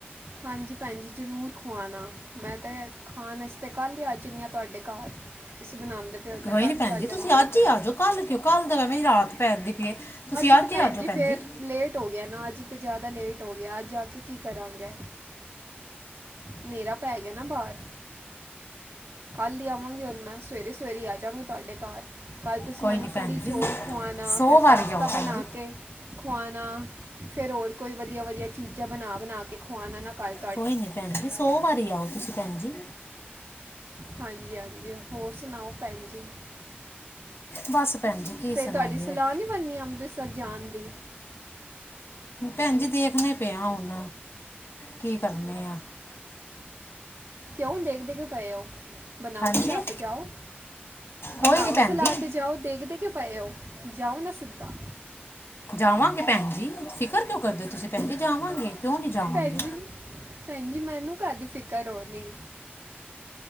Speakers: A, on the right; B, on the left.
A: ਹਾਂਜੀ ਭੈਣ ਜੀ ਜ਼ਰੂਰ ਖਵਾਉਣਾ, ਮੈਂ ਤਾਂ ਖਾਣ ਵਾਸਤੇ ਕੱਲ੍ਹ ਹੀ ਆ ਜਾਂਦੀ ਹਾਂ, ਤੁਹਾਡੇ ਘਰ। ਤੁਸੀਂ ਬਣਾਉਂਦੇ ਪਏ ਹੋ
B: ਕੋਈ
A: ਤਾਂ ਕੱਲ੍ਹ
B: ਨੀ ਭੈਣ
A: ਹੀ ਆ
B: ਜੀ,
A: ਜਾਵਾਂਗੀ
B: ਤੁਸੀਂ
A: ਮੈਂ
B: ਅੱਜ
A: ਤਾਂ
B: ਹੀ ਆ ਜਾਓ ਕੱਲ ਕਿਉ, ਕੱਲ ਤਾਂ ਐਵੇਂ ਰਾਤ ਪੈਂਦੀ ਪੀ ਏ, ਤੁਸੀਂ
A: ਤੇ
B: ਅੱਜ
A: ਭੈਣ
B: ਹੀ ਆਂ ਜਾਓ
A: ਜੀ
B: ਭੈਣਜੀ।
A: ਫਿਰ ਲੇਟ ਹੋ ਗਿਆਂ ਨਾ, ਅੱਜ ਤਾਂ ਜ਼ਿਆਦਾ ਲੇਟ ਹੋ ਗਿਆਂ, ਅੱਜ ਆ ਕੇ ਕੀਂ ਕਰਾਂਗੇ। ਹਨ੍ਹੇਰਾ ਪੈ ਗਿਆਂ ਨਾ ਬਾਹਰ ਕੱਲ੍ਹ ਹੀ ਆਵਾਂਗੀ ਹੁਣ ਮੈਂ, ਸਵੇਰੇ-ਸਵੇਰੇ ਆਜਾਗੀ ਤੁਹਾਡੇ ਘਰ। ਕੱਲ੍ਹ ਤੁਸੀਂ
B: ਕੋਈ
A: ਮੈਨੂੰ
B: ਨਹੀਂ
A: ਕੜੀ
B: ਭੈਣ ਜੀ
A: ਚੌਲ਼ ਖਵਾਉਣਾਂ,
B: ਸੌ
A: ਫਿਰ
B: ਵਾਰੀ
A: ਪਾਸਤਾ
B: ਆਓ ਭੈਣ
A: ਬਣਾਂ
B: ਜੀ
A: ਕੇ ਖਆਣਾ, ਫੇਰ ਹੋਰ ਕੋਈ ਵਧੀਆਂ-ਵਧੀਆਂ ਚੀਜ਼ਾਂ ਬਣਾਂ, ਬਣਾਂ ਕੇ ਖੁਵਾਣਾ ਨਾ ਕਲ।
B: ਕੋਈ ਨਹੀਂ ਭੈਣ ਜੀ, ਸੌ ਵਾਰੀਂ ਆਓ ਤੁਸੀਂ ਭੈਣ ਜੀ।
A: ਹਾਂਜੀ ਹਾਂਜੀ, ਹੋਰ ਸੁਣਾਓ ਭੈਣ ਜੀ?
B: ਬਸ ਭੈਣ ਜੀ ਕੀ
A: ਫ਼ਿਰ
B: ਸੁਣਾਈਏ
A: ਤੁਹਾਡੀ ਸਲਾਹ ਨਹੀਂ ਬਣਨੀ, ਅੰਮ੍ਰਿਤਸਰ ਜਾਣ ਦੀ?
B: ਭੈਣ ਜੀ ਦੇਖਣੇ ਪਏ ਆ ਹੁਣ, ਕੀ ਕਰਨੇ ਆਂ।
A: ਕਿਉਂ, ਦੇਖਦੇ ਕਿਉਂ ਪਏ ੳ? ਬਣਾਓ
B: ਹਾਂਜੀ
A: ਸਲਾ ਤੇ ਜਾਓ, ਬਣਾਓ
B: ਕੋਈ ਨਹੀਂ ਭੈਣ
A: ਸਲਾ
B: ਜੀ
A: ਤੇ ਜਾਓ, ਦੇਖ਼ ਦੇ ਕਿਉਂ ਪਏ ਹੋ, ਜਾਓ ਨਾ ਸਿੱਧਾਂ।
B: ਜਾਵਾਂਗੇ ਭੈਣ ਜੀ, ਫ਼ਿਕਰ ਕਿਉਂ ਕਰਦੇ ਹੋ ਤੁਸੀਂ ਭੈਣ ਜੀ, ਜਾਵਾਂਗੇ। ਕਿਉਂ ਨਹੀਂ ਜਾਵਾਂਗੇ
A: ਭੈਣ ਜੀ, ਭੈਣ ਜੀ ਮੈਨੂੰ ਕਾਹਦੀ ਫ਼ਿਕਰ ਹੋਣੀਂ।